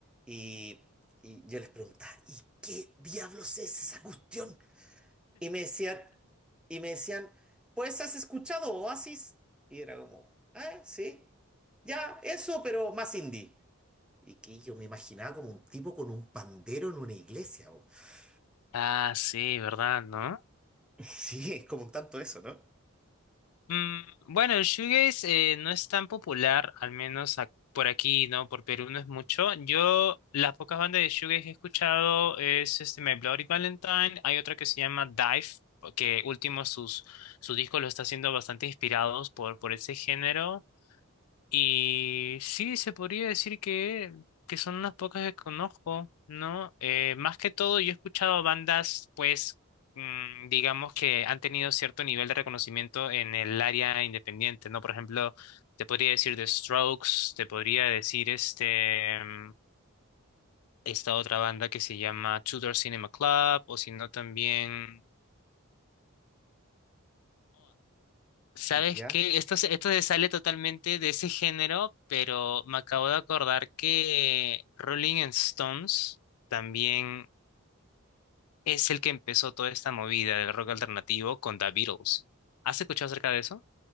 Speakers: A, in the centre; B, on the left.
A: Y, y yo les preguntaba, ¿y qué diablos es esa cuestión? Y me decían, y me decían, pues has escuchado Oasis. Y era como, ah, sí, ya, eso, pero más indie. Y que yo me imaginaba como un tipo con un pandero en una iglesia. o- <laughs>
B: Ah, sí, ¿verdad? ¿No?
A: Sí, es como un tanto eso, ¿no?
B: Mm, bueno, el shoegaze eh, no es tan popular, al menos ac- por aquí, ¿no? Por Perú no es mucho. Yo, las pocas bandas de shoegaze que he escuchado es este My Bloody Valentine. Hay otra que se llama Dive, que último sus, su disco lo está haciendo bastante inspirados por, por ese género. Y sí, se podría decir que, que son unas pocas que conozco, ¿no? Eh, más que todo, yo he escuchado bandas, pues, mm, digamos que han tenido cierto nivel de reconocimiento en el área independiente, ¿no? Por ejemplo, te podría decir The Strokes, te podría decir este, mm, esta otra banda que se llama Tudor Cinema Club, o si no también... ¿Sabes
A: Ya.
B: qué? Esto, se- esto se sale totalmente de ese género, pero me acabo de acordar que Rolling Stones también es el que empezó toda esta movida del rock alternativo con The Beatles. ¿Has escuchado acerca de eso?